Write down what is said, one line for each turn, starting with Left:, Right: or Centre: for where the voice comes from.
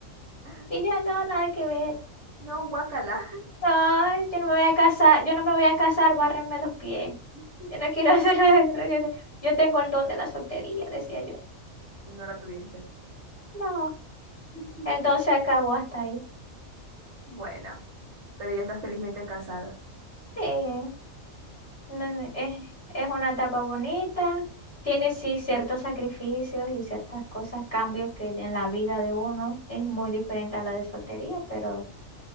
Right: <gasps>
Left: Y yo, no, nada que ver.
Right: No, guácala.
Left: No, yo no me voy a casar, yo no me voy a casar, bárrenme los pies.
Right: <laughs>
Left: Yo no quiero <laughs> hacer nada. Yo, no- yo te- yo tengo el don de la soltería, decía yo.
Right: Y no la tuviste.
Left: No,
Right: <laughs>
Left: el don se acabó hasta ahí.
Right: Bueno, pero ya está felizmente casada.
Left: Sí. No, Es, es una etapa bonita, tiene sí ciertos sacrificios y ciertas cosas, cambios que en la vida de uno es muy diferente a la de soltería, pero